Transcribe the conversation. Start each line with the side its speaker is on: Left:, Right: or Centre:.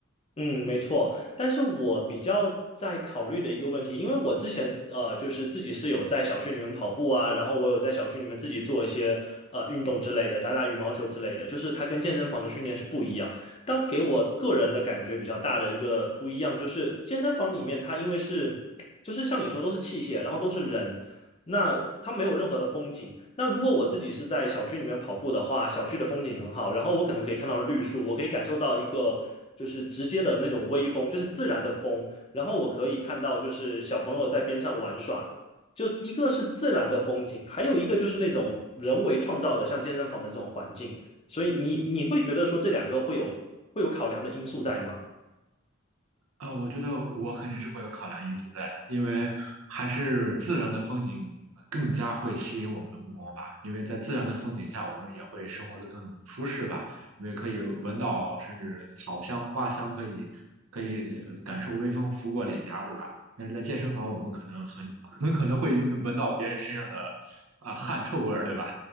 Left: 嗯，没错，但是我比较在考虑的一个问题，因为我之前呃，就是自己是有在小区里面跑步啊，然后我有在小区里面自己做一些呃运动之类的，打打羽毛球之类的，就是它跟健身房的训练是不一样。但给我个人的感觉比较大的一个不一样，就是健身房里面它因为是，就是像你说都是器械，然后都是人，那它没有任何的风景。那如果我自己是在小区里面跑步的话，小区的风景很好，然后我可能可以看到绿树，我可以感受到一个就是直接的那种微风，就是自然的风，然后我可以看到就是小朋友在边上玩耍。就一个是自然的风景，还有一个就是那种人为创造的，像健身房的这种环境。所以你你会觉得说这两个会有会有考量的因素在吗？
Right: 啊、我觉得我肯定是会有考量因素在的，因为还是自然的风景更加会吸引我们的目光吧。因为在自然的风景下，我们也会生活的更舒适吧，因为可以闻到甚至草香、花香，可以可以呃感受微风拂过脸颊，对吧？但是在健身房，我们可能很很可能会闻到别人身上的啊、汗臭味儿，对吧？